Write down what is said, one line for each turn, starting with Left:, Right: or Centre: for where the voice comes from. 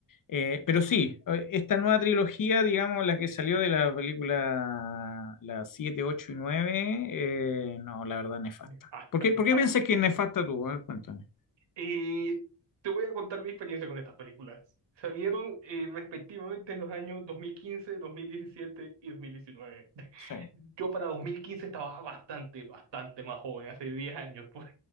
Left: Eh, pero sí, eh, esta nueva trilogía, digamos, la que salió de la película las 7 8 y 9 eh, no, la verdad, nefasta.
Right: Nefasta,
Left: ¿Por qué, por
Right: nefasta.
Left: qué piensas que es nefasta tú? A ver, cuéntame.
Right: Y te voy a contar mi experiencia con estas películas. Salieron eh, respectivamente en los años dos dos mil quince dos mil diecisiete y dos mil diecinueve <laughs>
Left: Sí,
Right: Yo para 2015 estaba bastante, bastante más joven, hace 10 años, <laughs> pon-